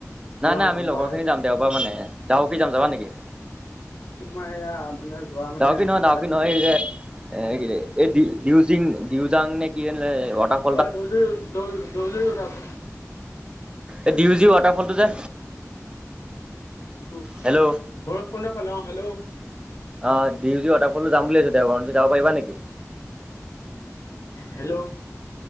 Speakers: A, on the left; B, on the right.
A: তোমাৰ
B: নাই নাই আমি
A: গম
B: লগৰ
A: পালাই
B: খিনি যাম দেওবাৰ মানে, ডাউকী যাম যাবা নেকি?
A: তোমাৰ, এয়া মানে যোৱা মানে
B: ডাউকি নহয়
A: ভয়ত
B: ডাউকি নহয় এই যে এ, কি এই দিউ-দিউজিং দিউজাং নে কি আছিলে ৱাটা
A: অ', দৰ্জি দজ দৰ্জি উঠাম।
B: এই ডিউ জি ৱাটাৰফলটো যে।
A: <unintelligible>
B: হেল্ল'
A: ভৈৰৱ কুণ্ড ফালে, অ', হেল্ল'!
B: অ', ডিউজি ৱাটাৰফলটো যাম বুলি ভাবিছোঁ দেওৰাৰ মানে, তুমি যাব পাৰিবা নিকি?
A: হেল্ল'!